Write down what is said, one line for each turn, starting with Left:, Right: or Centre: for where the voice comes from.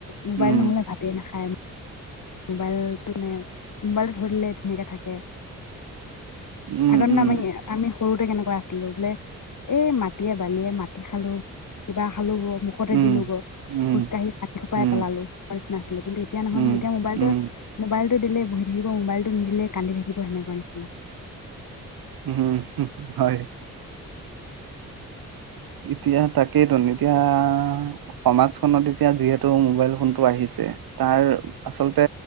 Left: মোবাইল
Right: উম
Left: নহ'লে ভাতেই নাখায়। মোবাইলটো নে মোবাইলটো ধৰি দিলে ধুনীয়াকে থাকে।
Right: উম
Left: আগৰ
Right: উম
Left: ন' আমি আমি সৰু <unintelligible> কেনেকুৱা আছিলো, বোলে এই মাটিয়ে বালিয়ে মাটি খালো কিবা খালো গ, মুখতে
Right: উম,
Left: দিলো গ,
Right: উম,
Left: খোজকাঢ়ি পানী সোপাই
Right: উম,
Left: পেলালো নিচিনা আছিলে কিন্তু এতিয়া নহয়
Right: উম,
Left: নহ মোবাইল
Right: উম,
Left: মল মবাইল টো দিলে বহি থাকিব মোবাইল টো নিদিলে কান্দি থাকিব সেনেকুৱা নিচিনা।
Right: উ হম হয়। এতিয়া তাকেইতো, এতিয়া সমাজখনত এতিয়া যিহেতু মোবাইল ফোনটো আহিছে তাৰ আচলতে